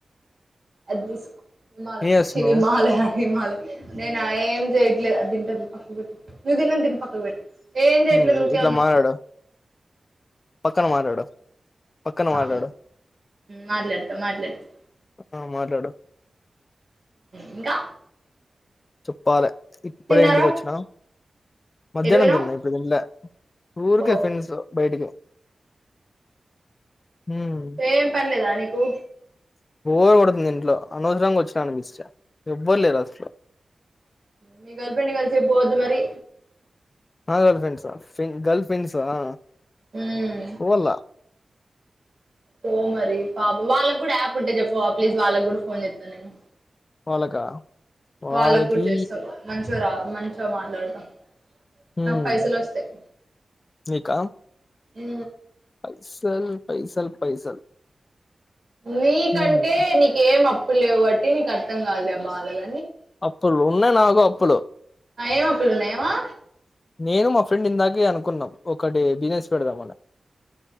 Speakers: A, on the right; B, on the left.
A: అది తీసుకో మాల
B: ఏం చేస్తున్నావ్
A: చివి మాలయ హిమాలయ నేన ఏం చేయట్లే తింటన పక్క పెట్టి నువ్వు తిన్నంత తిని పక్కకు పెట్టి ఏం చేయట్లేదు
B: హ్మ్
A: ఉకె
B: ఇట్లా
A: ఉన్నా
B: మాట్లాడు పక్కన మాట్లాడు పక్కన
A: ఆ
B: మాట్లాడు
A: మాట్లాడతా మాట్లాడతా
B: ఆ మాట్లాడు
A: ఇంకా
B: చుప్పాలె ఇప్పుడే
A: తిన్నారా
B: ఇంటికి వచ్చినా మధ్యాహ్నం
A: ఎటు పోయినావ్
B: తిన్నా. ఇప్పుడు తినలే <inaudible> ఊర్కె
A: ఓ
B: ఫ్రెండ్స్, బయటికి. హ్మ్
A: ఏం పనిలేదా. నీకు
B: బోర్ కొడుతోంది ఇంట్లో అనవసరంగా వచ్చిన అనిపిస్తా-ఎవ్వరు లేరు అసలు.
A: మీ గర్ల్ ఫ్రెండ్ కలిసి పోవద్దు. మరి
B: ఆ గర్ల్ ఫ్రెండ్సా, గర్ల్ ఫ్రెండ్సా ఆ
A: ఉమ్
B: పోలే
A: పో మరి పాప వాళ్ళకు కూడా యాప్ ఉంటే చెప్పవా. ప్లీజ్ వాళ్ళకు కూడా ఫోన్ చేస్తాను. నేను
B: వాళ్ళకా వాళ్ళకి
A: వాళ్ళకు కూడా చేస్తావా. మంచి చేయరాదు. మంచిగా మాట్లాడుతా.
B: హ్మ్
A: నాకు పైసలు వస్తాయి.
B: నీకా
A: ఉ
B: పైసల్, పైసల్, పైసల్
A: నీకంటే
B: హ్మ్
A: నీకేం అప ఇప్పుడు లేవు కాబట్టి బట్టి నీకు అర్థం కాదులే ఆ బాధలు
B: అప్పుల్ ఉన్ననా క అప్పుడు.
A: ఏమో పిల్లన్నా ఏమో
B: నేను మా ఫ్రెండ్ ఇందాకే అనుకున్నాం. ఒకటి బిజినెస్ పెడదామని.